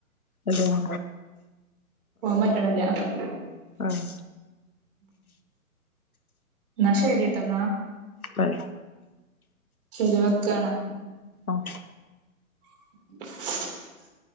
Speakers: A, on the left (about 75°); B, on the right (about 35°).
A: അതെയാ
B: പോവാൻ പറ്റണല്ല ഉം
A: ആഹ്
B: ന്നാ ശരിട്ടന്നാ
A: ബൈ
B: ശരി വെക്കാണ്
A: ആഹ്
B: <inaudible>